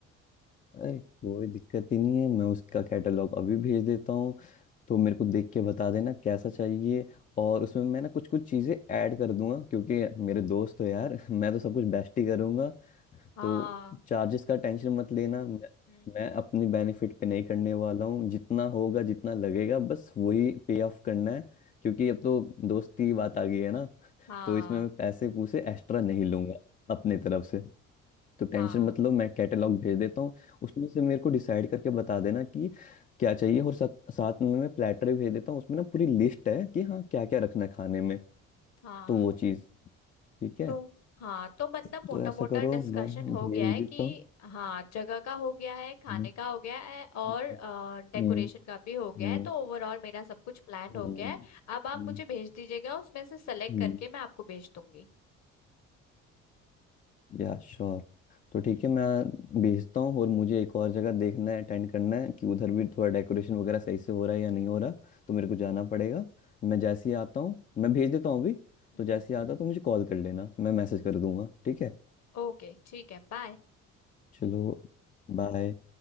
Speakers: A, on the left; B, on the left.
A: अरे कोई दिक्कत ही नहीं है मैं उसका कैटलॉग अभी भेज देता हूँ तो मेरे को देख के बता देना कैसा चाहिए और उसमें मैं ना कुछ कुछ चीज़ें ऐड कर दूंगा क्योंकि मेरे दोस्त हो यार <laughs> मैं तो सब कुछ बेस्ट ही करूंगा
B: हाँ
A: तो चार्जेस का टेंशन मत लेना मैं
B: हम्म
A: मैं अपनी बेनिफिट पे नहीं करने वाला हूँ जितना होगा जितना लगेगा बस वही पे ऑफ करना है क्योंकि अब तो दोस्ती बात आ गई है ना
B: हाँ
A: तो इसमें मैं पैसे पूसे एक्स्ट्रा नहीं लूंगा अपने तरफ से तो टेंशन
B: हाँ
A: मतलब मैं कैटलॉग भेज देता हूँ उसमें से मेरे को डिसाइड करके बता देना कि क्या चाहिए और सा, साथ में मैं प्लेटर भी भेज देता हूँ उसमें ना पूरी लिस्ट है कि हाँ क्या क्या रखना है खाने में
B: हाँ
A: तो वो चीज़ ठीक है
B: तो हाँ तो मतलब मोटा
A: तो ऐसा
B: मोटा
A: करो
B: डिस्कशन
A: मैं
B: हो
A: भेज
B: गया है
A: देता
B: कि
A: हूँ
B: हाँ जगह का हो गया है खाने
A: हम्म
B: का हो गया है और
A: हम्म
B: डेकोरेशन
A: हम्म
B: का भी हो गया
A: हम्म
B: है तो ओवरऑल मेरा सब कुछ प्लान
A: हम्म,
B: हो गया
A: हम्म,
B: है अब आप
A: हम्म,
B: मुझे भेज दीजिएगा उसमें से सेलेक्ट
A: हम्म।
B: करके मैं आपको भेज दूंगी
A: या श्योर तो
B: हम्म
A: ठीक है मैं भेजता हूँ और मुझे एक और जगह देखना है अटेंड करना है कि उधर भी थोड़ा डेकोरेशन वगैरह सही से हो रहा है या नहीं हो रहा तो मेरे को जाना पड़ेगा मैं जैसे ही आता हूँ मैं भेज देता हूँ अभी
B: हम्म
A: तो जैसे ही आता हूँ तो मुझे कॉल कर लेना मैं मैसेज कर दूंगा ठीक है
B: ओके ठीक है बाय
A: चलो बाय